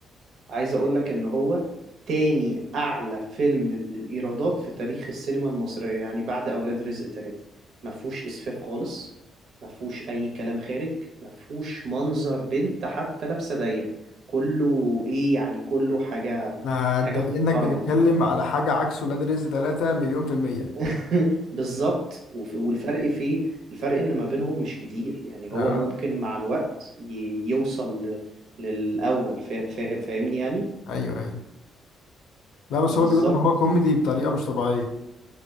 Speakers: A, on the right; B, on the left.
A: عايز اقول لك ان هو تاني اعلى فيلم للايرادات في تاريخ السينما المصرية يعني بعد اولاد رزق تلاتة ما فيهوش اسفاف خالص ما فيهوش اي كلام خارج ما فيهوش منظر بنت حتى لابسة ضيق كله ايه يعني كله حاجة
B: ما
A: حاجة
B: أنت كأنك
A: محترمة
B: بتتكلم على حاجة عكس ولاد رزق تلاتة مليون في المية
A: <laughs> بالظبط وف- والفرق فيه الفرق ان ما بينهم مش كتير يعني هو
B: اه
A: ممكن مع الوقت ي- يوصل ل- للاول فا- فاهم فاهمني يعني
B: أيوه أيوه لا بس
A: بالظبط
B: هو بيقول إن هو كوميدي بطريقة مش طبيعية